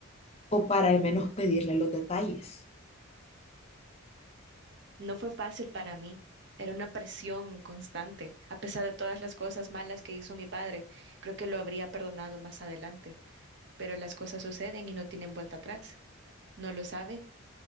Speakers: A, on the left (about 30°); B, on the right (about 50°).
A: O para al menos pedirle los detalles.
B: No fue fácil para mí. Era una presión constante. A pesar de todas las cosas malas que hizo mi padre, creo que lo habría perdonado más adelante. Pero las cosas suceden y no tienen vuelta atrás. ¿No lo sabe?